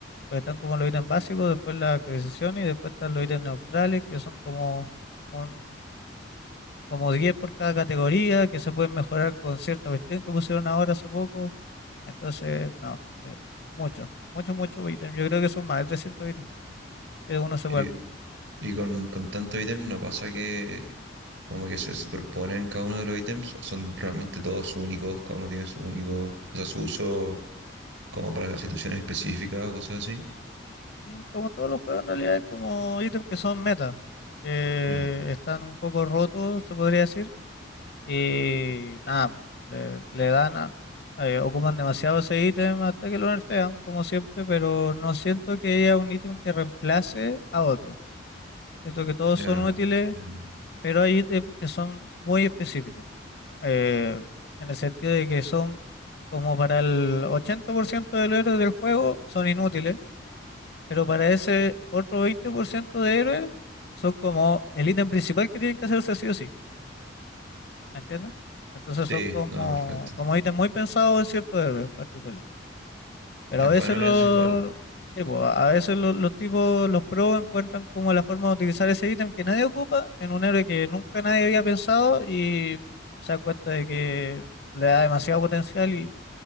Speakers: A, on the left; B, on the right.
A: Porque están como los ítems básicos, después la actualización y después están los ítems neutrales, que son como un, como 10 por cada categoría, que se pueden mejorar con cierta cuestión que pusieron ahora hace poco. Entonces, no, eh, mucho, mucho, mucho ítem. Yo creo que son más de 300 ítems que uno se
B: Y,
A: puede armar.
B: y con, con tanto ítem no pasa que como que se superponen cada uno de los ítems, o son realmente todos únicos, cada uno tiene su único, o sea, su uso como para situaciones específicas o cosas así.
A: Mm, Como todos los juegos, en realidad, hay como ítems que son meta, que
B: Ya,
A: están un poco rotos, se podría decir Y nada, le, le dan a- eh, ocupan demasiado ese ítem hasta que lo nerfean, como siempre, pero no siento que haya un ítem que reemplace a otro. Siento que todos
B: ya,
A: son útiles,
B: ya.
A: pero hay ítems que son muy específicos. eh, en el sentido de que son como para el 80% de los héroes del juego son inútiles, pero para ese otro 20% de héroes son como el ítem principal que tienen que hacerse sí o sí. ¿Entiendes? Entonces
B: Sí,
A: son como,
B: no, perfecto.
A: como ítems muy pensados en cierto héroe en particular. Pero
B: Es
A: a veces
B: bueno,
A: los,
B: es igual,
A: sí, po, a a veces los, los tipos, los pros encuentran como la forma de utilizar ese ítem que nadie ocupa en un héroe que nunca nadie había pensado y se dan cuenta de que le da demasiado potencial y